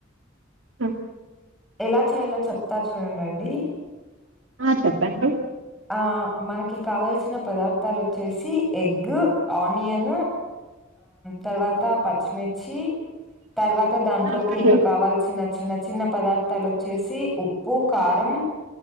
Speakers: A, on the right; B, in the centre.
A: ఆ
B: ఎలా చేయాలో చెప్తా చూడడండి
A: ఆ చెప్పండి
B: ఆ మనకి కావల్సిన పదార్థాలు వచ్చేసి ఎగ్ ఆనియన్ తర్వాత పచ్చిమిర్చి తర్వాత దాంట్లోకి
A: ఓకే
B: ఇంకా కావాల్సిన చిన్న చిన్న పదార్థాలు వచ్చేసి ఉప్పు ప్పు కారం